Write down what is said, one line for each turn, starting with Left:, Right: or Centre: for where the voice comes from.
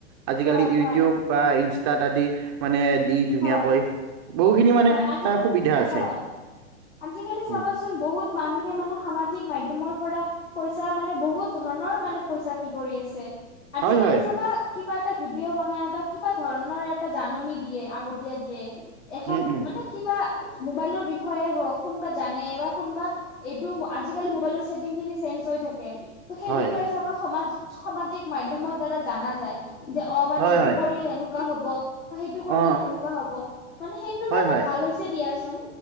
Right: আজিকালি
Left: হয়
Right: ইউটিউব
Left: হয়
Right: বা ইনষ্টাতাত আদি মানে দি ধুনীয়াকৈ
Left: হয়।
Right: বহুখিনি মানে
Left: হয় আজিকালি
Right: অ সুবিধা আছে
Left: হয় আজিকালি চাবাচোন
Right: উম,
Left: বহুত মানুহে মানে সামাজিক মাধ্যমৰ পৰা পইচা মানে বহুত ধৰণৰ মানে পইচা কি কৰি আছে আজিকালি
Right: হয় হয়
Left: চাবা কিবা এটা ভিডিঅ' বনাই বা কিবা ধৰণৰ এটা জাননী দিয়ে আগতীয়াকে এখন
Right: উম উম
Left: মানে কিবা মোবাইলৰ বিষয়ে হওক কোনোবা জানে বা কোনোবা এইটো আজিকালি মোবাইলৰ ছেটিং খিনি চেঞ্জ হৈ থাকে ত সেই
Right: হয়
Left: বিষয়ে চাবা সমাজ সামাজিক মাধ্যমৰ দ্বাৰা জানা যায় যে অ মানে
Right: হয়
Left: এইটো
Right: হয়
Left: কৰিলে এনেকুৱা হব বা সেইটো কৰিলে
Right: অ অ
Left: সেনেকুৱা হ'ব মানে সেইটো
Right: হয় হয়
Left: লৈছে দিয়াচোন